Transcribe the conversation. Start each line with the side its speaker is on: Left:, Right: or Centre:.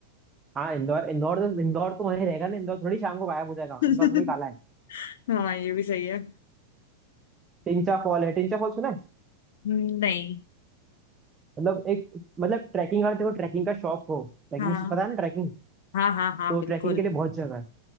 Right: हाँ इंदौर इंदौर तो इंदौर तो वहीं रहेगा ना इंदौर थोड़ी शाम को गायब हो जाएगा हाँ,
Left: <laughs>
Right: इंदौर थोड़ी काला है
Left: हाँ ये भी सही है
Right: टिंचा फॉल है टिंचा फॉल सुना है
Left: हम्म, नहीं
Right: मतलब एक मतलब ट्रैकिंग अगर देखो ट्रैकिंग का शौक हो ट्रैकिंग
Left: हाँ
Right: पता है ना ट्रैकिंग
Left: हाँ हाँ हाँ
Right: तो
Left: बिल्कुल
Right: ट्रैकिंग के लिए बहुत जगह है